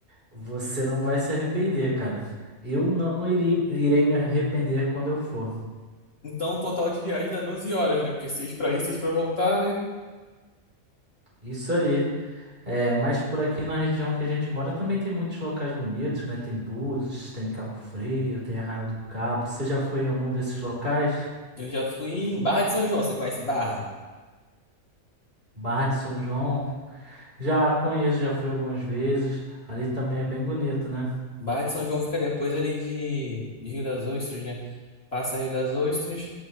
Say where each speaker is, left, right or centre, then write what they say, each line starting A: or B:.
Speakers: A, on the right (about 40°); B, on the left (about 45°).
A: você não vai se arrepender, cara. Eu não irei, irei me arrepender quando eu for.
B: Então, o total de viagem dá 12 horas, né? Porque seis pra ir, seis pra voltar, né?
A: Isso aí. É, mas por aqui na região que a gente mora também tem muitos locais bonitos, né? Tem Búzios, tem Cabo Frio, tem Arraial do Cabo. Você já foi em algum desses locais?
B: Eu já fui em Barra de São João. Você conhece Barra?
A: Barra de São João? Já conheço, já fui algumas vezes. Ali também é bem bonito, né?
B: Barra de São João fica depois ali de, de Rio das Ostras, né? passa Rio das Ostras,